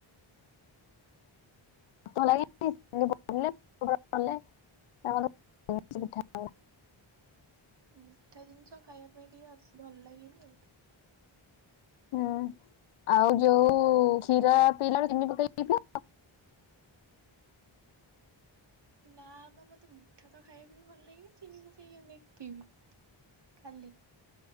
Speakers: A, on the left (about 80°); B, on the right (about 55°).
A: <unintelligible> <unintelligible>
B: ମିଠା ଜିନିଷ ଖାଇବା ପାଇଁ ଟିକେ ଭଲ ଲାଗେନି ଆଉ।
A: ହୁଁ ଆଉ ଯୋଉ କ୍ଷୀର ପିଇଲାଳେ ଚିନି ପକେଇକି ପିଇ ପ
B: ନା ବାବା ମତେ ମିଠା ତ ଖାଇବା ବି ଭଲ ଲାଗନି ଚିନି ପକେଇକି କେପିଇବି। ଖାଲି।